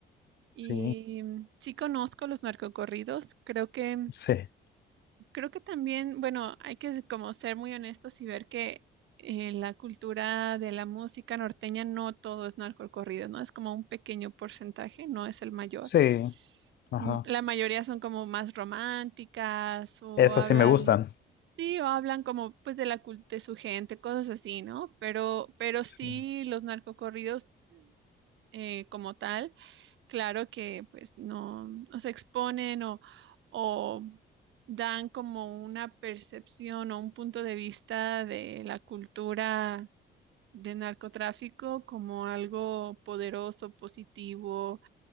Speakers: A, on the right (about 75°); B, on the left (about 55°).
A: Y
B: Sí,
A: mm, sí conozco los narcocorridos, creo que,
B: Sí,
A: creo que también, bueno, hay que como ser muy honestos y ver que en la cultura de la música norteña no todo es narcocorrido, ¿no? Es como un pequeño porcentaje, no es el mayor
B: sí, ajá.
A: mm, La mayoría son como más románticas o
B: Esas
A: hablan,
B: sí me gustan.
A: sí, o hablan como pues de la cul- de su gente, cosas así, ¿no? Pero, pero
B: sí,
A: sí los narcocorridos eh, como tal, claro que pues no, o se exponen o, o dan como una percepción o un punto de vista de la cultura de narcotráfico como algo poderoso, positivo